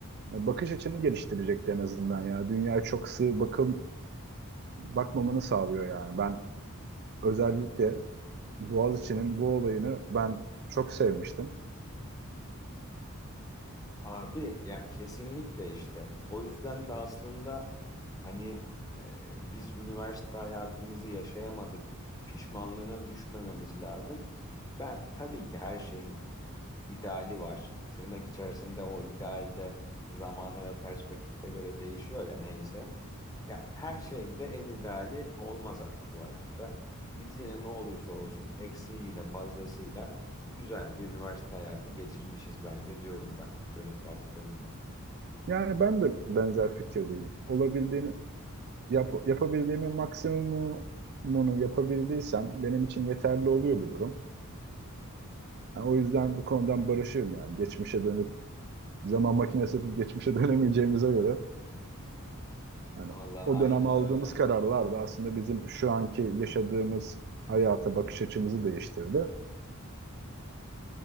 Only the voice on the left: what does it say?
Abi ya kesinlikle işte. O yüzden de aslında hani e, biz üniversite hayatımızı yaşayamadık. Pişmanlığına düşmememiz lazım. Ben tabii ki her şeyin e, ideali var. Tırnak içerisinde o idealde zamana ve perspektife göre değişiyor ya neyse. Ya her şeyin de en ideali olmaz abi bu hayatta. Biz yine ne olursa olsun eksiğiyle fazlasıyla güzel bir üniversite hayatı geçirmişiz bence diyorum ben dönüp baktığımda.
Vallahi
aynen
öyle. abi.